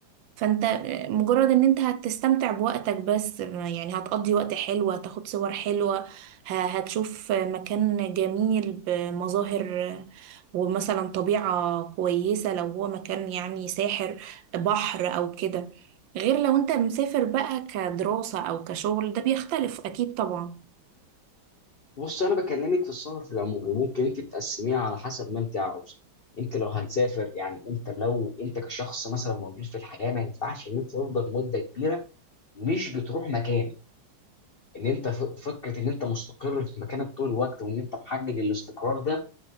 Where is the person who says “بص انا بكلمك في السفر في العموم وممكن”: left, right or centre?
Left